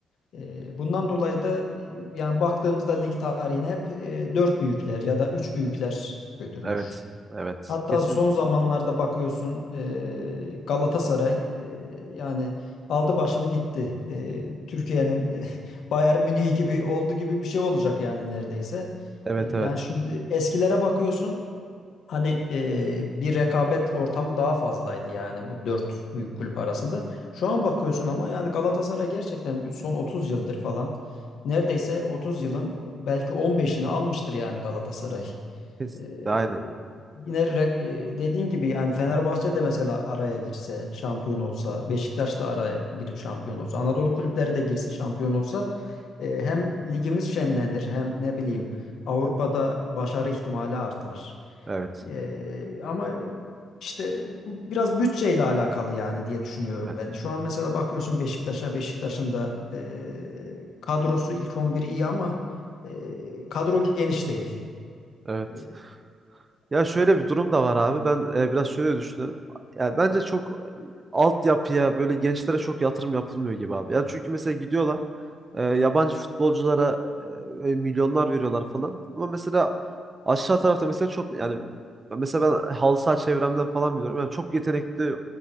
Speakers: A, on the left (about 75°); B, on the right (about 30°).
A: E, bundan dolayı da e, yani baktığımızda lig tarihine hep e, dört büyükler ya da üç büyükler götürmüş.
B: Evet. Evet.
A: Hatta
B: Kesinlikle
A: son zamanlarda
B: düşünüyorum.
A: bakıyorsun e, Galatasaray e, yani aldı başını gitti. E, Türkiye'nin e, <laughs> Bayern Münih gibi oldu gibi bir şey olacak yani neredeyse.
B: Evet
A: E, yani
B: evet.
A: şimdi eskilere bakıyorsun Hani eee, bir rekabet ortamı daha fazlaydı yani bu dört büyük kulüp arasında. Şu an bakıyorsun ama yani Galatasaray gerçekten bir son 30 yıldır falan neredeyse 30 yılın belki 15'ini almıştır yani Galatasaray.
B: Kesinlikle
A: Eee,
B: aynen.
A: yine re- eee, dediğin gibi yani Fenerbahçe de mesela araya girse şampiyon olsa, Beşiktaş da araya girip şampiyon olsa, Anadolu kulüpleri de girse şampiyon olsa eee, hem ligimiz şenlenir hem ne bileyim Avrupa'da başarı ihtimali artar.
B: Evet.
A: Ee, ama işte bu biraz bütçeyle alakalı yani diye düşünüyorum
B: Evet.
A: ben. Şu an mesela bakıyorsun Beşiktaş'a, Beşiktaş'ın da e, kadrosu ilk on biri iyi ama e, kadro geniş değil.
B: Evet.
A: E,
B: Ya şöyle bir durum da var abi. Ben e, biraz şöyle düşünüyorum. Ya bence çok e, altyapıya böyle gençlere çok yatırım yapılmıyor gibi abi. Yani çünkü mesela gidiyorlar e, yabancı futbolculara e, milyonlar veriyorlar falan. Ama mesela aşağı tarafta mesela çok yani mesela ben halı saha çevremden falan biliyorum. Yani çok yetenekli